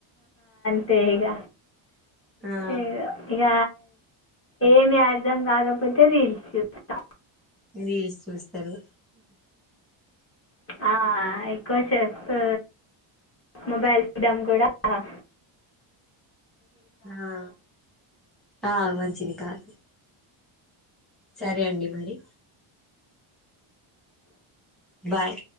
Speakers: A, on the left; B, in the centre.
A: అంతే ఇగ
B: ఆ
A: ఇగ ఇగ ఏమి అర్థం గాక పోతే రూల్స్ జూస్త
B: రీల్స్ చూస్తరు
A: ఆ ఎక్కువ సేపు మొబైల్ చూడం గూడా ఆ
B: ఆ ఆ మంచిది కాదు సరే అండి మరి బాయ్